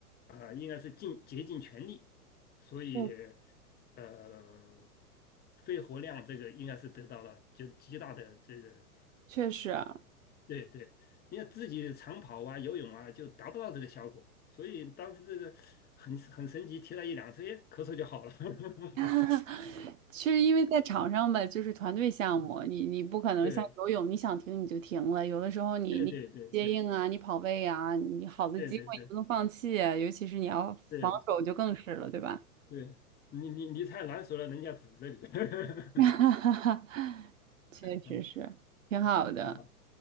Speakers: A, on the left; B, on the right.
A: 啊、应该是尽竭尽全力，所以
B: 对，
A: 呃肺活量这个应该是得到了就极大的这个
B: 确实啊，
A: 对对，你要自己长跑啊、游泳啊，就达不到这个效果。所以当时这个很很神奇，提了一两次，哎，咳嗽就好了。<laughs>
B: <laughs> 确实因为在场上吧，就是团队项目，你你不可能像游泳，
A: 对
B: 你想停你就停了。有的时候你你接应啊，
A: 对对对对
B: 你跑位啊，你好的机会你不能放弃啊尤其是你要防守就更是了，
A: 对对对对
B: 对吧？
A: 对，你你你太难说了，人家指着你。<laughs>
B: <laughs> 哈哈哈，确实是挺好的，
A: 嗯啊，